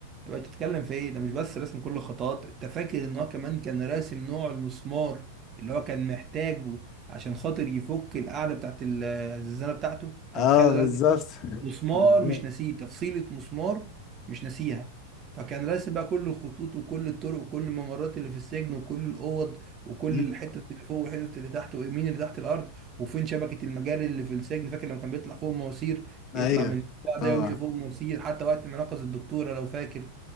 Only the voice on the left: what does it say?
اه
بالظبط
<laughs>
بالظبط
مم.
ايوه
طبعا